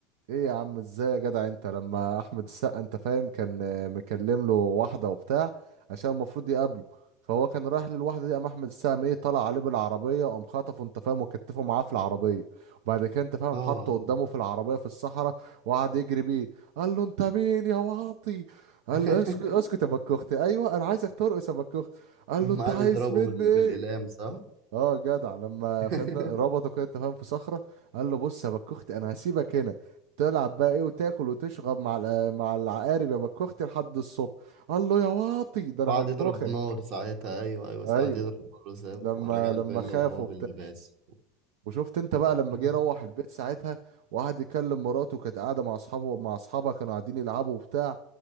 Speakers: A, on the right (about 75°); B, on the right (about 60°).
A: ايه يا عم ازاي يا جدع انت لما احمد السقا انت فاهم كان آه، مكلم له واحده وبتاع عشان المفروض يقابله فهو كان رايح للواحده دي قام احمد السقا ايه طلع عليه بالعربيه وقام خطفه انت فاهم وكتفه معاه في العربيه وبعد كده انت فاهم
B: اه
A: حطه قدامه في العربيه في الصحراء وقعد يجري بيه قال له انت مين يا واطي قال
B: <laughs>
A: له اسكت اسكت يا بكوختي ايوه انا عايزك ترقص يا بكوختي قال
B: لما
A: له انت
B: قعد
A: عايز
B: يضربه
A: مني
B: بال...
A: ايه
B: بالإقلام صح؟
A: اه جدع لما
B: <laughs>
A: فهمنا ربطوا كده تفاهم في صخرة قال له بص يا بكوختي انا هسيبك هنا تلعب بقى ايه وتاكل وتشرب مع الع- مع العقارب يا بكوختي لحد الصبح قال له يا واطي ده انا
B: وقعد يضرب
A: هنفخك
B: نار ساعتها أيوه أيوه
A: ايوه
B: قعد يضرب نار وسابه
A: لما
B: ورجع
A: لما
B: الفيلا
A: خافوا
B: وهو باللباس
A: وشفت انت بقى
B: لا.
A: لما جه يروح البيت ساعتها وقعد يكلم مراته كانت قاعده مع اصحابه مع اصحابها كانوا قاعدين يلعبوا وبتاع